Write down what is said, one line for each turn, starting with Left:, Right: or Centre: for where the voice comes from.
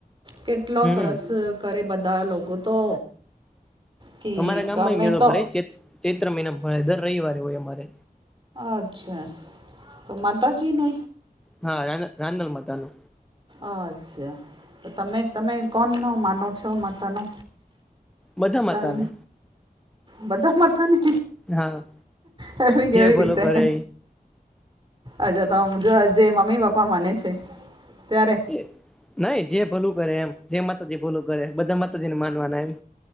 Right: કેટલો
Centre: હમ
Right: સરસ ઘરે બધા લોકો તો કે
Centre: અમારા ગામમાં
Right: ગમે
Centre: ઈ મેળો
Right: તો
Centre: ભરાય છે, ચૈત્ર મહિના ભરે દર રઈવારે હોય અમારે.
Right: અચ્છા, તો માતાજી નો
Centre: હા, ‌રાંદ રાંદલ માતાનો.
Right: અચા, તો તમે તમે કોનનો માનો છો માતાનો.
Centre: બધા માતા
Right: રન,
Centre: ને
Right: બધા માથા ને.
Centre: હા.
Right: એવી કેવી
Centre: જે ભલો
Right: રીતે?
Centre: કરે
Right: અચા, તોમ જો જે મમ્મી-પપ્પા માને છે ત્યારે.
Centre: એ નઈ. જે ભલું કરે એમ જે માતાજી ભોલું કરે, બધા માતાજીને માનવાના એમ.